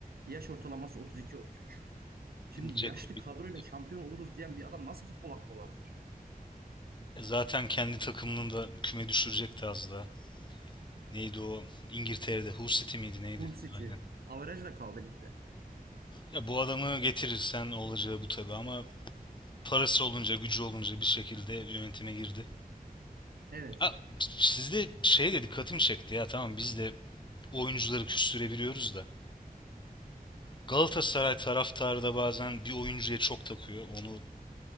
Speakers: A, on the right; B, on the left.
A: Yaş ortalaması 32-33. Şimdi
B: Değil
A: yaşlı
B: Dzeko bilmem
A: kadroyla
B: ne.
A: şampiyon oluruz diyen bir adam nasıl futbol aklı olabilir?
B: E zaten kendi takımının da küme düşürecekti az daha. Neydi o? İngiltere'de Hull City miydi neydi?
A: Hull City.
B: Aynen.
A: Averajla kaldı ligde.
B: Ya bu adamı getirirsen olacağı bu tabii ama parası olunca, gücü olunca bir şekilde yönetime girdi.
A: Evet.
B: Ha, sizde şey de dikkatimi çekti ya tamam biz de oyuncuları küstürebiliyoruz da. Galatasaray taraftarı da bazen bir oyuncuya çok takıyor. Onu